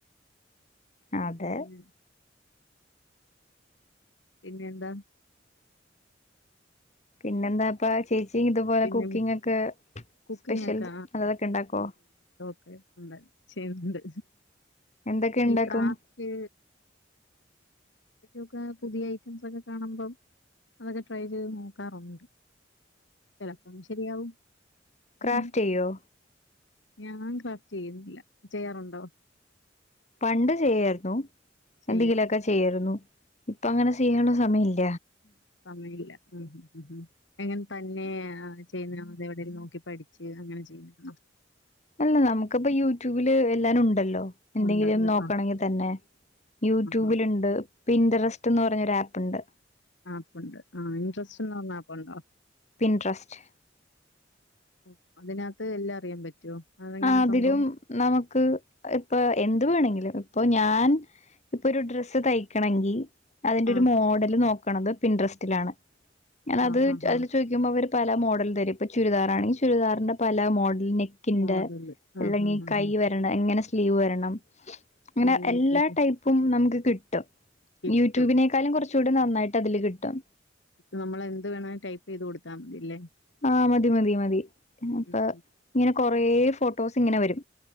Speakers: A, on the left; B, on the left.
A: അതെ
B: പിന്നെ പിന്നെന്താ
A: പിന്നെന്താ ഇപ്പ ചേച്ചി ചി ഇതുപോലെ
B: പിന്നെ
A: കുക്കിംഗ് ഒക്കെ
B: കുക്കിംഗൊക്കെ
A: സ്പെഷ്യൽ നല്ലതൊക്കെ ഇണ്ടാക്കോ
B: അത് കണ് ചെയ്യ്ന്ന്ണ്ട്
A: എന്തൊക്കെ ഇണ്ടാക്കും?
B: ഈ ക്രാഫ്റ്റ് ഒക്കെ പുതിയ ഐറ്റംസൊക്കെ കാണുമ്പം അതൊക്കെ ട്രൈ ചെയ്ത് നോക്കാറുണ്ട് ചെലപ്പം ശരിയാവും
A: ക്രാഫ്റ്റെയ്യോ
B: ഉം. ഞാൻ ക്രാഫ്റ്റ് ചെയ്യുന്നില്ല ചെയ്യാറുണ്ടോ
A: പണ്ട് ചെയ്യാരുന്നു
B: ചെയ്യോ?
A: എന്തെങ്കിലും ഒക്കെ ചെയ്യാരുന്നു ഇപ്പങ്ങനെ ചെയ്യാൻള്ള സമയം ഇല്ല
B: സമയ ഇല്ല ഉം ഉ ഉ ഉ അങ്ങനെ തന്നെ ചെയ്യുന്നതാണോ അതെവിടേലും നോക്കി പഠിച്ച് അങ്ങനെ ചെയ്യുന്നതാണോ
A: അല്ല നമുക്കിപ്പ യൂട്യൂബില് എല്ലാരും ഉണ്ടല്ലോ എന്തെങ്കിലും
B: ഉണ്ടല്ലോ
A: നോക്കണെങ്കിൽ
B: ആഹ്
A: തന്നെ യൂട്യൂബിലിണ്ട്
B: ആഹ്
A: പിന്ററസ്റ്റ് ന്ന് പറഞ്ഞൊരു ആപ്പ് ഇണ്ട്
B: ആപ്പ്ണ്ട് ആ ഇൻട്രസ്റ്റ്ന്നർഞ്ഞ ആപ്പ്ണ്ടോ
A: പിൻട്രസ്റ്റ്
B: ഓ അതിനകത്ത് എല്ലാം അറിയാൻ പറ്റോ അതെങ്ങനാ
A: ആ അതിലും
B: സംഭവം?
A: നമുക്ക് ഇപ്പൊ എന്ത് വേണെങ്കിലും ഇപ്പൊ ഞാ ൻ ഇപ്പൊരു ഡ്രസ്സ് തയ്ക്കണെങ്കി അയ്ന്റൊരു
B: ആഹ്
A: മോഡൽ നോ ക്ക്ണത് പിൻട്രസ്റ്റിലാണ് ഞാൻ
B: ആഹ്
A: അത്
B: ആഹ്
A: അയില്
B: ആഹ്
A: ചോയ്ക്കുമ്പോ അവര് പല മോഡലും തരും ഇപ്പൊ ചുരിദാറാണെങ്കിൽ ചുരിദാറിന്റെ പല മോഡൽ നെക്കിന്റെ
B: മോഡല്
A: അല്ലെങ്കിൽ
B: ആഹ് ആഹ് ആഹ്
A: കൈ വരണ എങ്ങനെ സ്ലീവ് വരണം അങ്ങനെ
B: ഓഹ്
A: എല്ലാ
B: ഓഹ്
A: ടൈപ്പും നമുക്ക് കി ട്ടും
B: കിട്ടും.
A: യൂട്യൂബിനേക്കാളും കൊറച്ചൂടി നന്നായിട്ട് അതില് കിട്ടും
B: ഇപ്പം നമ്മൾ എന്ത് വേണേലും ടൈപ്പ് ചെയ്ത് കൊടുത്താൽ മതിയല്ലേ
A: ആ മതി മതി മതി അപ്പൊ
B: ഉം ഉം
A: ഇങ്ങനെ കൊറേ ഫോട്ടോസ് ഇങ്ങനെ വരും